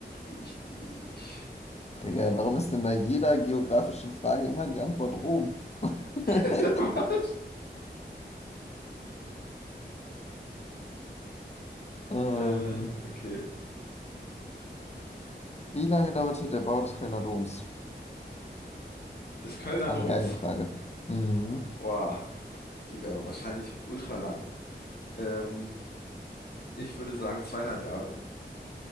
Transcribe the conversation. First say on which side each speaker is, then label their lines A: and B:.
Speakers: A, on the left; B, on the left.
A: Richtig. Lass
B: Digga,
A: dich irgendwie.
B: warum ist denn bei jeder geografischen Frage immer die Antwort Rom? <laughs>
A: <laughs>
B: Ähm,
A: Äh, okay.
B: wie lange dauerte der Bau des Kölner Doms?
A: Des Kölner
B: Ah,
A: Doms.
B: eine geile Frage. Mhm.
A: Oh, Digga, wahrscheinlich ultra lang. Ähm, ich würde sagen 200 Jahre.